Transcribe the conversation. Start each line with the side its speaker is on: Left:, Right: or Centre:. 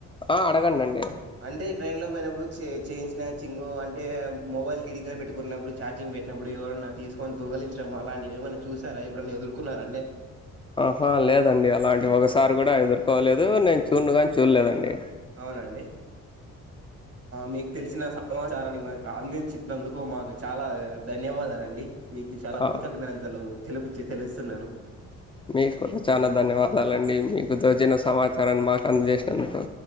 Left: ఆ అడగండి అండి
Right: అంటే ట్రైన్ లో పోయినప్పుడు చైన్స్ మ్యాచ్చింగు అంటే మొబైల్ కిటికీ పెట్టుకున్నప్పుడు ఛార్జింగ్ పెట్టినప్పుడు ఎవరన్నా తీసుకొని దొంగలించడం అలాంటివి ఏమైనా చూసారా ఇప్పుడన్న ఎదుర్కున్నారా అండి
Left: ఆహా లేదండి అలాంటి ఒకసారి కూడా ఎదుర్కోలేదు నేను చూనుగాని చూడలేదండి
Right: అవునండి మీకు తెలిసిన సమాచారాన్ని మాకు అందించినందుకు మాకు చాలా ధన్యవాదాలండి మీకు చాలా
Left: ఆ
Right: కృతజ్ఞతలు తెలిపుచ్చి తెలిస్తున్నాను
Left: మీకు కూడా చనా ధన్యవాదాలు అండి మీకు దోచిన సమాచారాన్ని మాకు అందజేసినందుకు